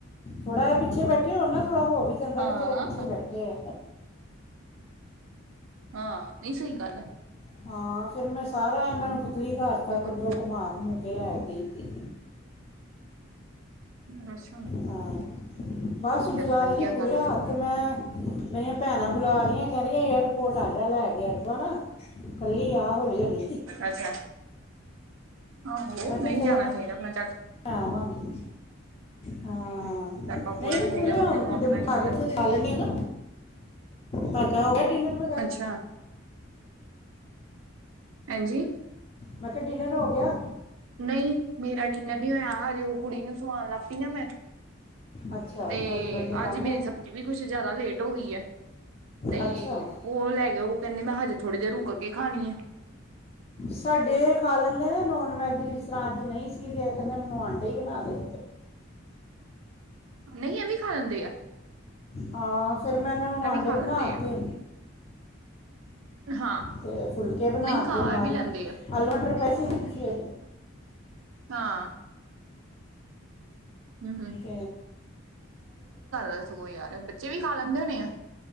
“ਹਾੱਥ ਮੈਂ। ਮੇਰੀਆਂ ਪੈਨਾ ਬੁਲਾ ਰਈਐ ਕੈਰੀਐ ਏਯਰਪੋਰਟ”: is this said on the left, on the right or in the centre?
Left